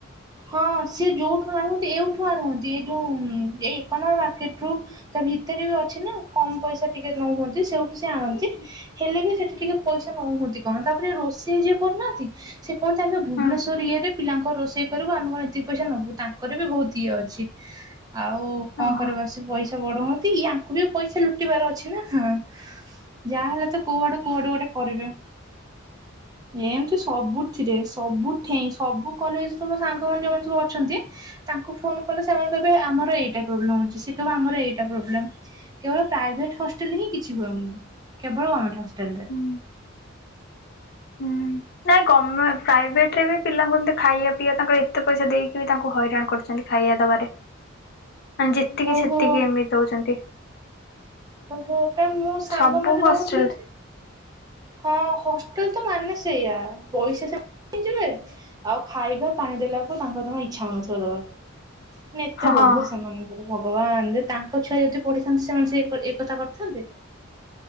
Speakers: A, on the right (about 20°); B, on the left (about 50°).
A: ହଁ ସିଏ ଯୋଉଁଠୁ ଆଣନ୍ତି ଏଇଠୁ ଆଣନ୍ତି ଏଇ ଯୋଉଁ ଏଇ ଏକ ନମ୍ବର ମାର୍କେଟ ରୁ ଭିତରେ ବି ଅଛି ନା କମ ପଇସା ଟିକେ ନ ହୁଅନ୍ତି ସେଇଠୁ ସେ ଆଣନ୍ତି ହେଲେ ବି ସେଠି ଟିକେ ପଇସା କହୁଚନ୍ତି କଣ ତାପରେ ରୋଷେଇ ଯିଏ କରୁନାହାନ୍ତି ସେ କହନ୍ତି ଆମେ ଭୁବନେଶ୍ଵର
B: ହୁଁ
A: ଇଏ ରେ ପିଲାଙ୍କ ରୋଷେଇ ବୁ ଆମେ କଣ ଏତିକି ପଇସା ନବୁ ତାଙ୍କର ବି ବହୁତ ଇଏ ଅଛି ଆଉ କଣ
B: ଓହୋ।
A: କରିବା ସେ ପଇସା ବଡ ହନ୍ତି ଇୟାଙ୍କୁ ବି ପଇସା ଲୁଟିବାର ଅଛି ନା ହଁ। ଯାହା ହେଲେ ତ କୋଉଆଡୁ କୋଉଆଡୁ ଗୋଟେ କରିବେ ଏମିତି ସବୁଥିରେ ସବୁ ଠେଇଁ ସବୁ କଲେଜ ସାଙ୍ଗ ମାନେ ସବୁ ଅଛନ୍ତି ତାଙ୍କୁ ଫୋନ କଲେ ସେମାନେ କହିବେ ଆମର ଏଇଟା ପ୍ରୋବ୍ଲେମ ଅଛି ସିଏ କହିବ ଆମର ଏଇ ଏଇଟା ପ୍ରୋବ୍ଲେମ୍ କେବଳ ପ୍ରାଇଭେଟ୍ ହଷ୍ଟେଲରେ ହିଁ କିଛି ହଉନି କେବଳ ଗଭମେଣ୍ଟ ହସ୍ ହେଲା।
B: ହୁଁ ହୁଁ ନାଇଁ ଗମେ ପ୍ରାଇଭେଟ ରେ ବି ପିଲାଙ୍କୁ ଏମିତି ଖାଇବା ପିଇବା ତାଙ୍କ ଏତେ ପଇସା ଦେଇକି ବି ତାଙ୍କୁ ହଇରାଣ କରୁଛନ୍ତି ଖାଇବା ଦବାରେ। ଯେତିକି
A: ଓହୋ
B: ସେତିକି ଆମେ ଦଉଛନ୍ତି।
A: ଓ ହୋ କାଇଁ ମୋ ସାଙ୍ଗ
B: ସବୁ
A: ମାନ
B: ହଷ୍ଟେଲ
A: ରହୁଥିଲେ ଯେ ହଁ ହସ୍ <unintelligible> ମାନେ ସେଇଆ ପଇସା <unintelligible> ଆଉ ଖାଇବା ପାଣି ଦେଲାକୁ ତାଙ୍କର ଜମା ଇଚ୍ଛା ହଉନଥିବ ଦେବାକୁ। ଏତେ
B: ହଁ
A: ଲୋଭ
B: ହଁ।
A: ସେମାନଙ୍କର ଭଗବାନ ଯଦି ତାଙ୍କ ଛୁଆ ଯଦି ପଢିଥାନ୍ତେ ସେମାନେ ସେ ଏ କଥା କରିଥାନ୍ତେ?